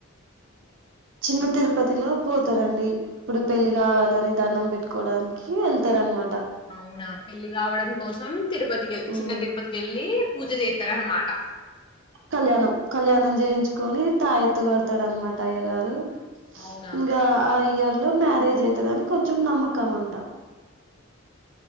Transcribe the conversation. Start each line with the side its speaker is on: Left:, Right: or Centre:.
Right: చిన్న తిరుపతిలో పోతారంండి ఇప్పుడు పెళ్లి కావాలని దండం పెట్టుకోడానికి వెళ్తార అనమాట
Left: అవునా పెళ్ళి కావడం కోసం తిరుపతికేళ్
Right: ఉమ్
Left: చిన్న తిరుపతికి వెళ్ళి పూజ చే తరన మాటా
Right: కళ్యాణం కళ్యాణం చేయించుకొని తాయ ఎత్తుగడతాడ అనమాట అయ్య గారు
Left: అవునా
Right: ఇకా అయ్య ఇట్లో మ్యారేజ్ అయితదని కొంచెం నమ్మకం అంట